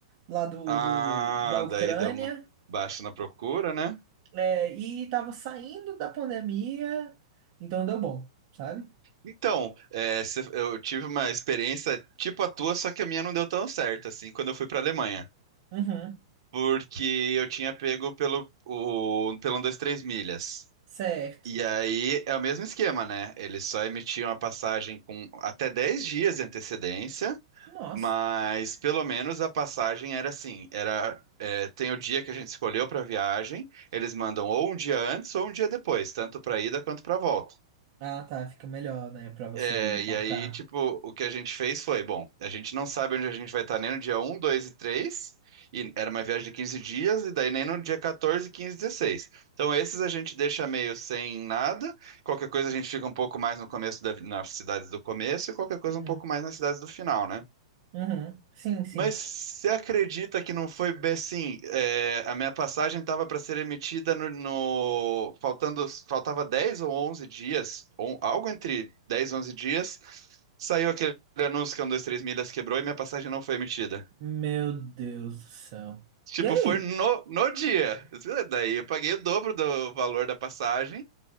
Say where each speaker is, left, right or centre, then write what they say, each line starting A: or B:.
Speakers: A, on the right; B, on the right.
A: lá do,
B: Ah,
A: do da Ucrânia,
B: daí deu uma baixa na procura, né?
A: é, e tava saindo da pandemia, então deu bom, sabe?
B: Então, é, se- eu tive uma experiência tipo a tua, só que a minha não deu tão certo, assim, quando eu fui pra Alemanha.
A: Uhum,
B: Porque eu tinha pego pelo, o, pelo um, dois, três milhas.
A: certo.
B: E aí é o mesmo esquema, né? Eles só emitiam a passagem com até 10 dias de antecedência.
A: Nossa.
B: Mas pelo menos a passagem era assim, era é, tem o dia que a gente escolheu para viagem, eles mandam ou um dia antes ou um dia depois, tanto para ida quanto para volta.
A: Ah, tá, fica melhor, né, pra você
B: É, e
A: marcar.
B: aí, tipo, o que a gente fez foi, bom, a gente não sabe onde a gente vai estar nem no dia um 2 e 3 e era uma viagem de 15 dias, e daí nem no dia 14, 15 e 16. Então esses a gente deixa meio sem nada, qualquer coisa a gente fica um pouco mais no começo da, nas cidades do começo e qualquer coisa
A: Uhum,
B: um pouco mais nas cidades do final, né?
A: uhum, sim, sim.
B: Mas você acredita que não foi bem assim? é, a minha passagem estava para ser emitida no, no- faltando faltava 10 ou 11 dias, ou algo entre 10, e 11 dias, saiu aquele anúncio que um, dois, três milhas quebrou e minha passagem não foi emitida.
A: Meu Deus do céu.
B: Tipo,
A: E aí?
B: foi no, no dia. Daí eu paguei o dobro do valor da passagem